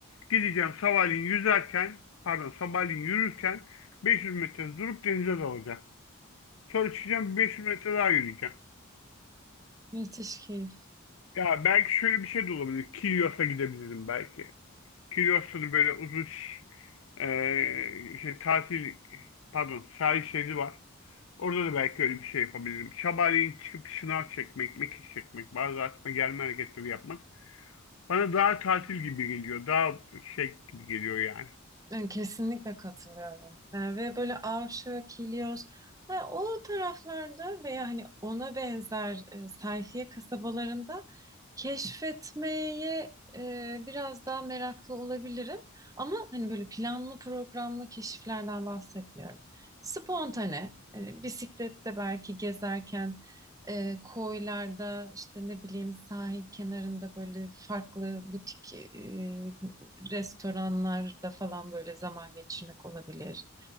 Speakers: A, on the left; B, on the right.
A: Gideceğim sabahleyin yüzerken, pardon sabahleyin yürürken 500 metre durup denize dalacağım. Sonra çıkacağım 500 metre daha yürüyeceğim.
B: Müthiş keyif.
A: Ya belki şöyle bir şey de olabilir. Kilyos'a gidebilirim belki. Kilyoslu'nun böyle uzun e, şey, tatil pardon sahil şeridi var. Orada da belki öyle bir şey yapabilirim. Sabahleyin çıkıp şınav çekmek, mekik çekmek, bazı atma gelme hareketleri yapmak bana daha tatil gibi geliyor. Daha şey gibi geliyor yani.
B: Yani kesinlikle katılıyorum. Yani ve böyle Avşa, Kilyos ha, o taraflarda veya hani ona benzer e, sayfiye kasabalarında keşfetmeye e, biraz daha meraklı olabilirim. Ama hani böyle planlı programlı keşiflerden bahsetmiyorum. Spontane, hani bisiklette belki gezerken e, koylarda işte ne bileyim sahil kenarında böyle farklı butik e, restoranlarda falan böyle zaman geçirmek olabilir.